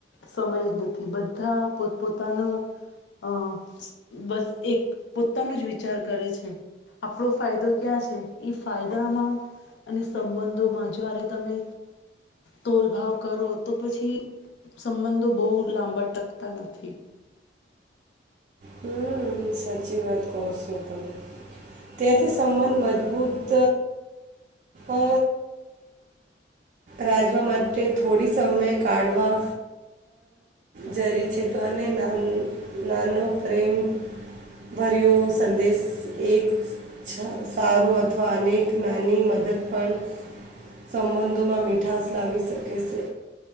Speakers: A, on the left; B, on the right.
A: સમય જ નથી બધા પો પોતાનો અ બસ એક પોતાનો જ વિચાર કરે છે આપણો ફાયદો ક્યાં છે એ ફાયદામાં અને સંબંધોમાં જારે તમે તોલભાવ કરો તો પછી સંબંધો બહુ લાંબા ટકતા નથી
B: હમ સાચી વાત કહ છો તમે ત્યાથી સંબંધ મજબૂત અ રાજવા માટે થોડી સમય કાઢવા જરી છે તો અનેન નાનો પ્રેમભર્યો સંદેશ એક સારો અથવા અનેક નાની મદદ પણ સંબંધોમાં મીઠાસ લાવી શકે છે